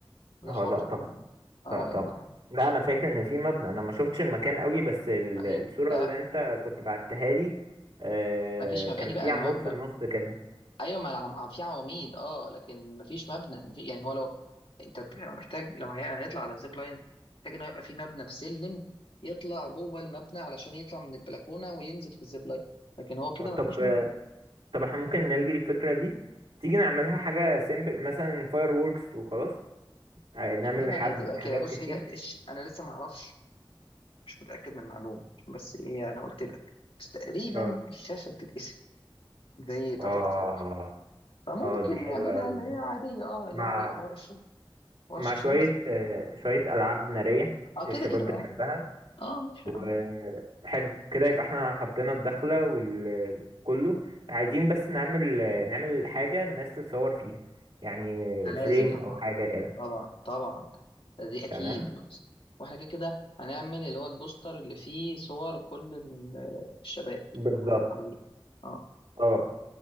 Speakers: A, on the left; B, on the right.
A: وده
B: اه
A: حوار
B: لا
A: طبعا
B: طبعا
A: اه
B: لا طبعا
A: يعني
B: لا انا فاكر ان في مبنى انا ما شفتش المكان قوي بس ال-
A: ايوه
B: الصورة
A: لا
B: اللي انت كنت بعتها لي آه،
A: مفيش مباني
B: كان
A: بقى
B: في عمود
A: ما هو
B: في النص كده
A: ايوه ما العم... في عواميد اه لكن مفيش مبنى مفي... يعني هو لو انت بت- يعني محتاج لو هي... هيطلع على الزيب لاين محتاج انه يبقى في مبنى في سلم يطلع جوه المبنى علشان يطلع من البلكونه وينزل في الزيب لاين لكن هو كده
B: آه، طب
A: مفيش مبنى
B: طب احنا ممكن نلغي الفكرة دي تيجي نعملها حاجة سيمبل مثلا فاير ووركس وخلاص آه، نعمل
A: غالبا
B: حب
A: هتبقى كده
B: حاجات
A: بص
B: كتير
A: هي إش... انا لسه ما اعرفش مش متاكد من المعلومه بس ايه انا قلت لك بس تقريبا
B: اه
A: الشاشه بتتقسم زي بتاعت
B: اه
A: الافراح فممكن
B: اه دي حلوة
A: نعملها
B: قوي
A: اللي هي عاديه اه اللي
B: مع
A: هو هيبقى ورا الشاشه ورا
B: مع
A: الشاشه
B: شوية
A: وسط.
B: آه، شوية ألعاب نارية
A: اه
B: الشباب
A: كده كده
B: بتحبها
A: اه اه ماشي
B: وحلو
A: آه.
B: كده يبقى احنا حطينا الدخلة وكله عايزين بس نعمل نعمل حاجة الناس تتصور فيها يعني
A: ده لازم
B: فريم
A: طبعا
B: أو حاجة كده
A: طبعا طبعا دي اكيد
B: تمام
A: بص واحنا كده كده هنعمل اللي هو البوستر اللي فيه صور كل ال- الشباب
B: بالظبط
A: اللي هم متخرجين اه
B: اه